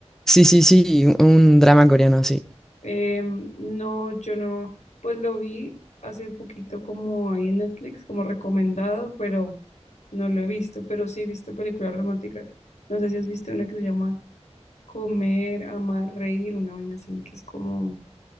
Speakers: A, in the centre; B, on the left.
A: Sí, sí, sí, un un drama coreano, sí.
B: Em, no, yo no, pues lo vi hace poquito como ahí en Netflix, como recomendado, pero no lo he visto, pero sí he visto películas románticas. No sé si has visto una que se llama Comer, Amar, Reír, una vaina así, que es como...